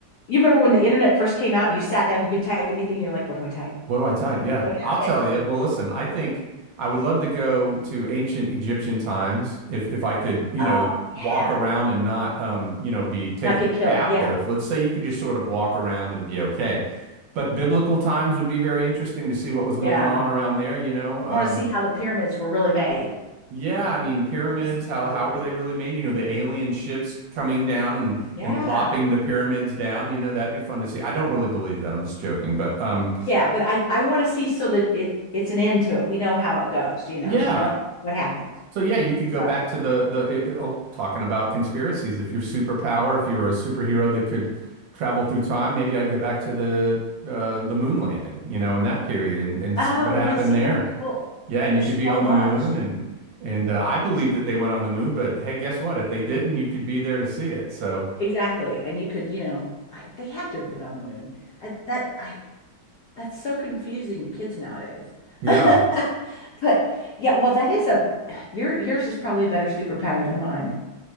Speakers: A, on the left; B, on the right.
A: you remember when the internet first came out and you sat down, you could type anything, and you're like, what do I type?
B: What do I type? Yeah,
A: Look out.
B: I'll tell you. Well, listen, I think I would love to go to ancient Egyptian times if if I could, you
A: Oh,
B: know, walk
A: yeah.
B: around and not, um, you know, be taken
A: Not get killed.
B: captive.
A: Yeah.
B: Let's say you could just sort of walk around and be okay. But biblical times would be very interesting to see what was going
A: Yeah.
B: on around there, you know. Um,
A: I want to see how the pyramids were really made.
B: yeah, I mean, pyramids,
A: I want to see
B: how
A: how they
B: how
A: did that.
B: were they really made? You know, the alien ships coming down and
A: Yeah.
B: and plopping the pyramids down, you know, that'd be fun to see. I don't really believe that. I'm just joking, but um,
A: Yeah, but I I want to see so that it it's an end to it. We know how it goes, you know.
B: yeah,
A: We know what happened.
B: So yeah, you could go
A: So,
B: back to the the oh, talking about conspiracies. If you're superpower, if you're a superhero that could travel through time, maybe I'd go back to the uh, the moon landing, you know, in that period and and
A: oh,
B: see what happened
A: yeah, see
B: there.
A: that'd be cool.
B: Yeah, and
A: There's
B: you could be
A: so
B: on
A: much.
B: the moon and and uh, I believe that they went on the moon, but hey, guess what? If they didn't, you could be there to see it. So
A: Exactly. And you could, you know, I, they had to have been on the moon. I, that I that's so confusing to kids nowadays.
B: yeah,
A: <laughs> But yeah, well, that is a your yours is probably a better superpower than mine